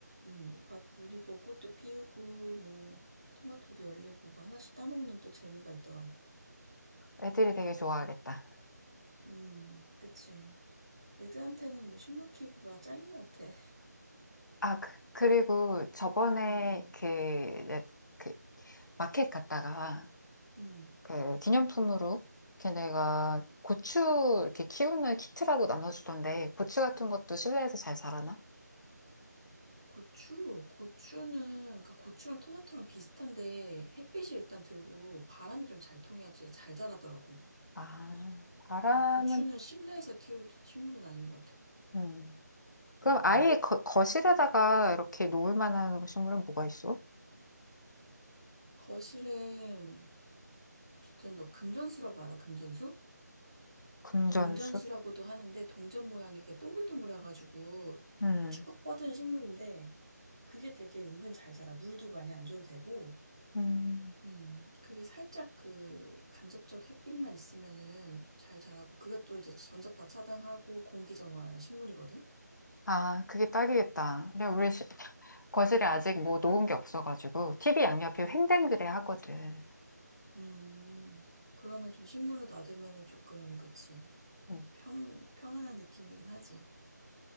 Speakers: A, on the right; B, on the left.
A: 음. 이파이 걸리고 꽃도 피우고 뭐 토마토도 열리고 그 하나씩 따먹는 또 재미가 있더라고.
B: 애들이 되게 좋아하겠다.
A: 음, 그치. 애들한테는 뭐 식물 키우기가 짱인 것 같아. <laughs>
B: 아, 그- 그리고 저번에
A: 음, 음,
B: 그, 내- 그 마켓 갔다가
A: 음.
B: 그 기념품으로 걔네가 고추 이렇게 키우는 키트라고 나눠주던데 고추 같은 것도 실내에서 잘 자라나?
A: 고추, 고추는, 그니까 고추랑 토마토랑 비슷한데 햇빛이 일단 들고 바람이 좀 잘 통해야지 잘 자라더라고.
B: 아, 바람은
A: 음, 고추는 실내에서 키울 토- 식물은 아닌 것 같아.
B: 음. 그럼
A: 응,
B: 아예
A: 응.
B: 거, 거실에다가 이렇게 놓을 만한 식물은 뭐가 있어?
A: 거실은, 어쨌든 너 금전수라고 알아? 금전수?
B: 금전수?
A: 동전수라고도 하는데 동전 모양이 이렇게 동글동글해가지고
B: 음.
A: 쭉 뻗은 식물인데 그게 되게 은근 잘 자라. 물도 많이 안 줘도 되고.
B: 음.
A: 음, 그게 살짝 그 간접적 햇빛만 있으면은 잘 자라고, 그것도 또 이제 전자파 차단하고 공기정화 식물이거든?
B: 아, 그게 딱이겠다. 그냥 우리 시- 거실에 아직 뭐 놓은 게 없어가지고 TV 양옆에 횡댕그레 하거든.
A: 음, 그러면 좀 식물을 놔두면은 조금, 그치.
B: 음.
A: 평, 평안한 느낌이긴 하지.